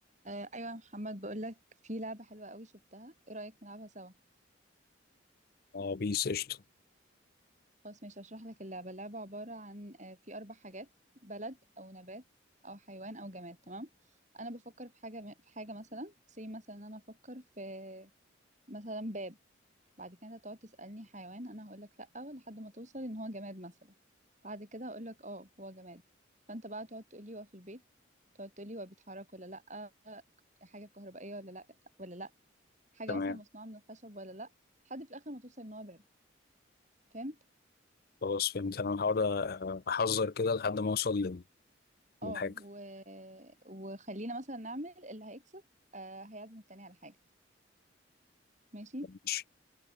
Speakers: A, on the right; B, on the left.
A: آه، ايوه يا محمد بقولك في لعبه حلوه قوي شفتها ايه رايك نلعبها سوا
B: اه بيس قشطة
A: خلاص ماشي هشرح لك اللعبه اللعبه عباره عن آه، في اربع حاجات بلد او نبات او حيوان او جماد تمام انا بفكر في حاجه في حاجه مثلا زي مثلا انا افكر في مثلا باب بعد كده انت تقعد تسالني حيوان انا هقول لك لا لحد ما توصل ان هو جماد مثلا بعد كده هقول لك اه هو جماد فانت بقى تقعد تقولي هو في البيت تقعد تقولي هو بيتحرك ولا لا حاجه كهربائيه ولا لا ولا لا حاجة
B: تمام
A: مثلا مصنوعة من الخشب ولا لأ لحد في الآخر ما توصل إن هو باب فهمت؟
B: خلاص فهمت انا هقعد أ- احذر كده لحد ما اوصل لل- للحاجة
A: اه و... وخلينا مثلا نعمل اللي هيكسب آه هيعزم التاني على حاجة ماشي؟
B: ماشي